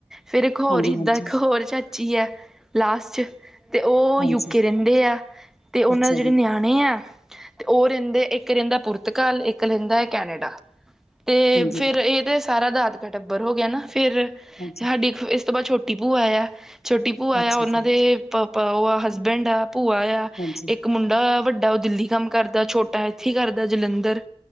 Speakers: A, in the centre; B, on the left.
A: ਫਿਰ ਇੱਕ ਹੋਰ
B: ਹਾਂਜੀ
A: ਇਦਾਂ
B: ਹਾਂਜੀ
A: ਇੱਕ ਹੋਰ ਚਾਚੀ ਆ ਲਾਸਟ ਤੇ ਉਹ
B: ਹਾਂਜੀ,
A: ਯੂਕੇ ਰਹਿੰਦੇ ਆ ਤੇ ਉਹਨਾਂ
B: ਅੱਛਾ
A: ਦੇ ਜਿਹੜੇ
B: ਜੀ,
A: ਨਿਆਣੇ ਆ ਤੇ ਉਹ ਰਹਿੰਦੇ ਇੱਕ ਰਹਿੰਦਾ ਪੁਰਤ ਪੁਰਤਕਾਲ ਇੱਕ ਰਹਿੰਦਾ ਏ ਕੈਨੇਡਾ ਤੇ
B: ਹਾਂਜੀ,
A: ਫਿਰ ਇਹ ਤੇ ਸਾਰਾ ਦਾਦ ਹਾ ਟੱਬਰ ਹੋ ਗਿਆ ਨਾ ਫਿਰ
B: ਹਾਂਜੀ,
A: ਸਾਡੀ ਇਸ ਤੋਂ ਬਾਅਦ ਛੋਟੀ ਭੂਆ ਏ ਆ ਛੋਟੀ ਭੂਆ
B: ਅੱਛਾ
A: ਏ ਆ ਉਹਨਾਂ
B: ਜੀ,
A: ਦੇ ਪ ਪ ਉਹ ਆ ਹਸਬੈਂਡ ਆ ਭੂਆ ਏ ਆ
B: ਹਾਂਜੀ,
A: ਇੱਕ ਇੱਕ ਮੁੰਡਾ ਵੱਡਾ ਉਹ ਦਿੱਲੀ ਕੰਮ ਕਰਦਾ ਛੋਟਾ ਇੱਥੇ ਕਰਦਾ ਜਲੰਧਰ